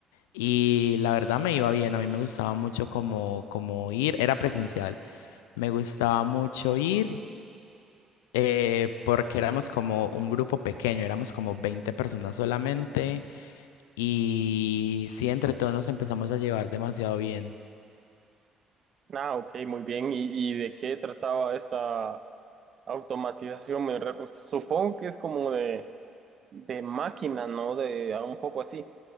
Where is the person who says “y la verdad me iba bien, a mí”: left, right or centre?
Left